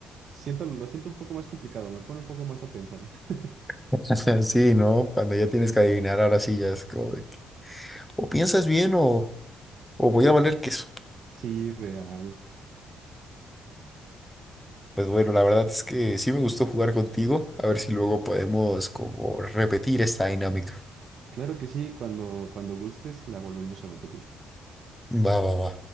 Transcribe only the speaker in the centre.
<laughs> Sí, ¿no? Cuando ya tienes que adivinar, ahora sí ya es como de que, o piensas bien o, o voy a valer queso.
Pues bueno, la verdad es que sí me gustó jugar contigo. A ver si luego podemos como repetir esta dinámica.
Va, va, va.